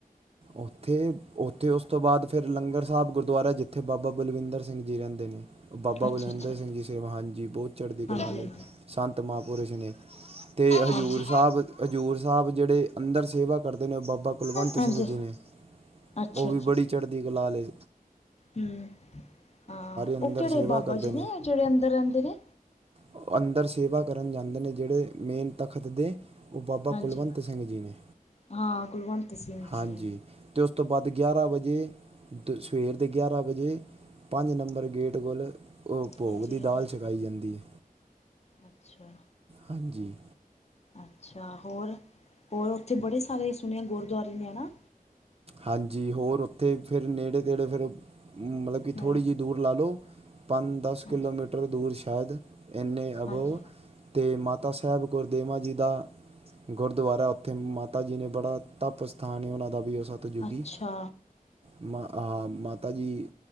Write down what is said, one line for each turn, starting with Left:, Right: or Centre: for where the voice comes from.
Right: ਉੱਥੇ ਉੱਥੇ ਉਸ ਤੋਂ ਬਾਅਦ ਫੇਰ ਲੰਗਰ ਸਾਹਿਬ ਗੁਰਦੁਆਰਾ ਜਿੱਥੇ ਬਾਬਾ ਬਲਵਿੰਦਰ ਸਿੰਘ ਜੀ ਰਹਿੰਦੇ ਨੇ। ਬਾਬਾ
Left: ਅੱਛਾ
Right: ਬਲਵਿੰਦਰ
Left: ਅੱਛਾ
Right: ਸਿੰਘ ਜੀ, ਹਾਂਜੀ ਬਹੁਤ ਚੜ੍ਹਦੀ ਕਲਾ
Left: ਹਾਂਜੀ
Right: ਆਲੇ
Left: ਹਾਂਜੀ
Right: ਸੰਤ ਮਹਾਂਪੁਰਸ਼ ਨੇ ਤੇ ਹਜ਼ੂਰ
Left: ਹਾਂਜੀ
Right: ਸਾਹਿਬ ਹਜ਼ੂਰ ਸਾਹਿਬ ਜਿਹੜੇ ਅੰਦਰ ਸੇਵਾ ਕਰਦੇ ਨੇ ਉਹ ਬਾਬਾ ਕੁਲਵੰਤ
Left: ਹਾਂਜੀ
Right: ਸਿੰਘ ਜੀ ਨੇ।
Left: ਅੱਛਾ
Right: ਉਹ ਵੀ ਬੜੀ ਚੜ੍ਹਦੀ ਕਲਾ ਆਲੇ
Left: ਹੁ ਹਾਂ,
Right: ਅੰਦਰ
Left: ਉਹ ਕਿਹੜੇ
Right: ਸੇਵਾ
Left: ਬਾਬਾ
Right: ਕਰਦੇ
Left: ਜੀ ਨੇ ਜਿਹੜੇ ਅੰਦਰ ਰਹਿੰਦੇ ਨੇ
Right: ਉਹ ਅੰਦਰ ਸੇਵਾ ਕਰਨ ਜਾਂਦੇ ਨੇ ਜਿਹੜੇ ਮੇਨ ਤਖ਼ਤ ਦੇ ਉਹ ਬਾਬਾ
Left: ਹਾਂਜੀ
Right: ਕੁਲਵੰਤ ਸਿੰਘ ਜੀ ਨੇ।
Left: ਹਾਂ ਕੁਲਵੰਤ ਸਿੰਘ
Right: ਹਾਂਜੀ
Left: ਜੀ
Right: ਤੇ ਉਸ ਤੋਂ ਬਾਅਦ ਗਿਆਰਾਂ ਵਜੇ ਦ ਸਵੇਰ ਦੇ ਗਿਆਰ੍ਹਾਂ ਵਜੇ ਪੰਜ ਨੰਬਰ ਗੇਟ ਕੋਲ ਉਹ ਭੋਗ
Left: ਹਾਂਜੀ
Right: ਦੀ ਦਾਲ
Left: ਹਾਂਜੀ।
Right: ਛਕਾਈ ਜਾਂਦੀ ਏ
Left: ਅੱਛਾ
Right: ਹਾਂਜੀ
Left: ਅੱਛਾ ਹੋਰ, ਹੋਰ ਉੱਥੇ ਬੜੇ ਸਾਰੇ ਸੁਣਿਆ ਗੁਰਦੁਆਰੇ ਨੇ ਨਾ।
Right: ਹਾਂਜੀ ਹੋਰ ਉੱਥੇ ਫੇਰ ਨੇੜੇ-ਤੇੜੇ ਫਿਰ ਮਤਲਬ ਕਿ ਥੋੜ੍ਹੀ
Left: ਹਾਂ
Right: ਜਿਹੀ ਦੂਰ ਲਾ ਲਉ ਪੰਜ-ਦਸ
Left: ਹਾਂਜੀ
Right: ਕਿਲੋਮੀਟਰ ਦੂਰ ਸ਼ਾਇਦ ਏਨੇ ਅਬਵ
Left: ਹਾਂਜੀ
Right: ਤੇ ਮਾਤਾ ਸਾਹਿਬ ਕੌਰ ਦੇਵਾ ਜੀ ਦਾ ਗੁਰਦੁਆਰਾ ਉੱਥੇ ਮਾਤਾ ਜੀ ਨੇ ਬੜਾ ਤੱਪ ਸਥਾਨ ਏ, ਉਹਨਾਂ ਦਾ ਵੀ ਉਸ ਤ ਜੁਗੀ
Left: ਅੱਛਾ
Right: ਮ ਮਾਤਾ ਜੀ